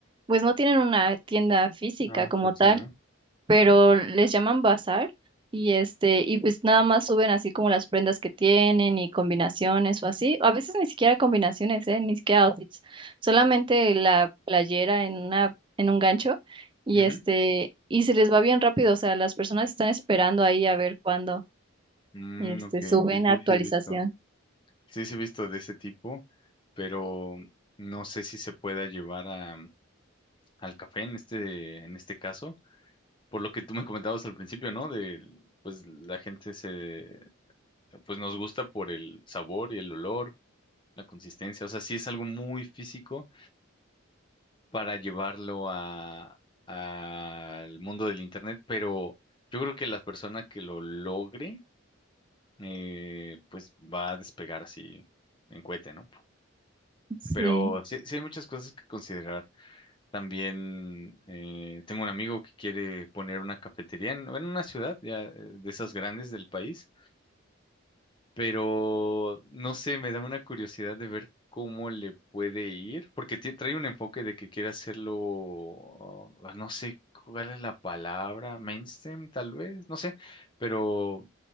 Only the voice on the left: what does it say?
Ah,
pues
sí, ¿no?
Ujú.
Mm,
ok,
sí, sí,
sí he visto. Sí, sí he visto de ese tipo, pero no sé si se pueda llevar al café en este, en este caso, por lo que tú me comentabas al principio, ¿no? De, pues la gente se, pues nos gusta por el sabor y el olor, la consistencia, o sea, sí es algo muy físico para llevarlo a, al mundo del internet, pero yo creo que la persona que lo logre, eh, pues va a despegar así en cohete, ¿no?
Pero sí, sí hay muchas cosas que considerar. También eh, tengo un amigo que quiere poner una cafetería en, bueno, en una ciudad ya, eh, de esas grandes del país, pero no sé, me da una curiosidad de ver cómo le puede ir, porque ti- trae un enfoque de que quiere hacerlo, ah, no sé cuál es la palabra, mainstream tal vez, no sé, pero